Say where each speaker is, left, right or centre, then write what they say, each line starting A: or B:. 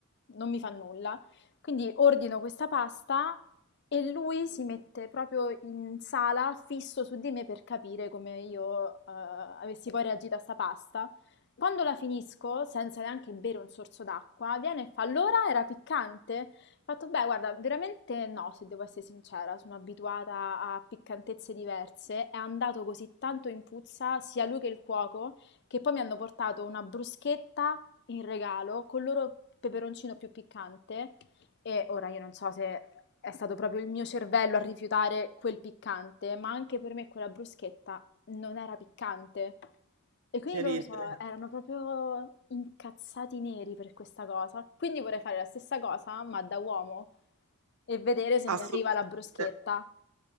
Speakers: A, on the left; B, on the right.
A: non mi fa nulla. Quindi ordino questa pasta e lui si mette proprio in sala, fisso su di me per capire come io eh, avessi poi reagito a sta pasta. Quando la finisco, senza neanche bere un sorso d'acqua, viene e fa: Allora era piccante? Ho fatto: Beh, guarda, veramente no, se devo essere sincera, sono abituata a piccantezze diverse. È andato così tanto in puzza, sia lui che il cuoco, che poi mi hanno portato una bruschetta in regalo con il loro peperoncino più piccante. E ora io non so se è stato proprio il mio cervello a rifiutare quel piccante, ma anche per me quella bruschetta non era piccante. E quindi
B: che
A: loro
B: ridere,
A: so, erano proprio incazzati neri per questa cosa. Quindi vorrei fare la stessa cosa, ma da uomo, e vedere se mi
B: assolutamente,
A: arriva la bruschetta.